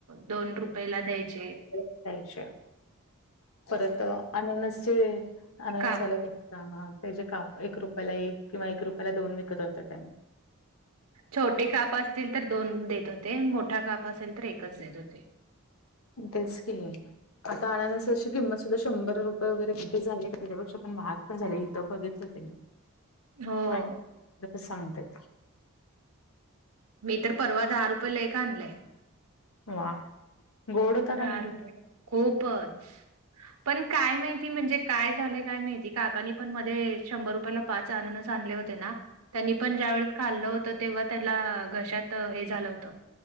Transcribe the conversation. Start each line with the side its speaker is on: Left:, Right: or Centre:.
Right: दोन रुपयला द्यायचे.
Left: य द्यायचे परत अननसचे अननसवाले
Right: का
Left: त्याचे काप एक रुपयाला एक किंवा एक रुपयाला दोन विकत होत त्याने.
Right: छोटे काप असतील तर दोन देत होते मोठा काप असेल तर एकच देत होते़.
Left: तेस की <unintelligible> आता आणण्यान अशी किंमत सुद्धा शंभर रुपये वगैरे किती झाली का त्याच्यापेक्ष पण महाग पण झाले इथं बघितलं ते
Right: हो
Left: आ.. सांगतेत
Right: मी तर परवा दहा रुपये ला एक आणलेय.
Left: वा.. गोड होता
Right: दहा
Left: का नाही
Right: रुपयला... खूप. च.. पण काय माहिती म्हणजे काय झालंय काय माहिती काकानी पण मध्ये.. शंभर रुपयाला पाच आणनणच आणले होते ना त्यांनी पण ज्या वेळेस खाल्लं होत तेव्हा त्याला.. घशात हे झालं होत.